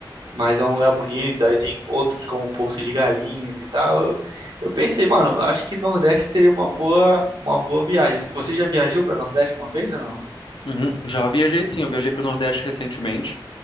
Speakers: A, on the right; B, on the left.
A: mas é um lugar bonito, aí tem outros como Porto de Galinhas e tal. Eu, eu pensei, mano, acho que Nordeste seria uma boa, uma boa viagem. Você já viajou para Nordeste uma vez ou não?
B: Uhum. Já viajei sim, eu viajei para o Nordeste recentemente.